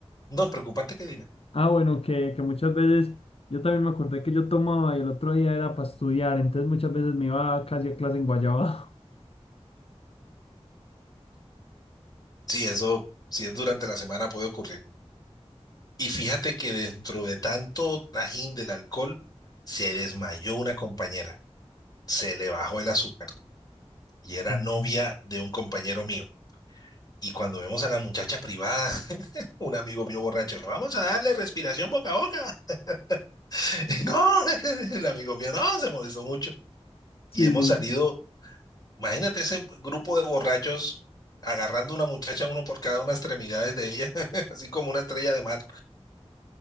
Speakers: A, on the left; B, on the left.
A: no, preocupante que Dina.
B: Ah, bueno, que, que muchas veces yo también me acordé que yo tomaba y el otro día era para estudiar, entonces muchas veces me iba casi a clase en Guayaba.
A: Sí, eso, si es durante la semana puede ocurrir. Y fíjate que dentro de tanto trajín del alcohol, se desmayó una compañera, se le bajó el azúcar y era
B: <laughs>
A: novia de un compañero mío. Y cuando vemos a la muchacha privada, <laughs> un amigo mío borracho, vamos a darle respiración boca a boca. <laughs> No, <laughs> el amigo mío no, se molestó mucho.
B: Sí,
A: Y hemos salido,
B: sí,
A: imagínate ese grupo de borrachos agarrando una muchacha, uno por cada una extremidades de ella, <laughs> así como una estrella de mar,